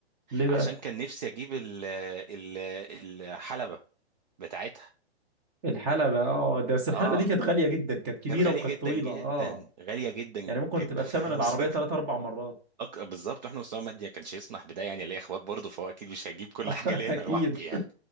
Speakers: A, on the right; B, on the right.
A: ليه بقى
B: عشان كان نفسي اجيب ال ال الحلبه بتاعتها
A: الحلبه اه ده بس الحلبه
B: اه
A: دي كانت غاليه جدا كانت كبيره
B: كانت غالية
A: وكانت
B: جدا
A: طويله
B: جدا
A: اه
B: غالية جدا
A: يعني ممكن
B: جدا
A: تبقى
B: <laughs> احنا
A: بثمن العربيه
B: وص...
A: ثلاث اربع مرات
B: أك... بالظبط احنا مستوى مادي ما كانش يسمح بده يعني ليا اخوات برضه فهو اكيد مش هجيب كل
A: <laughs>
B: حاجة ليا انا لوحدي
A: اكيد
B: يعني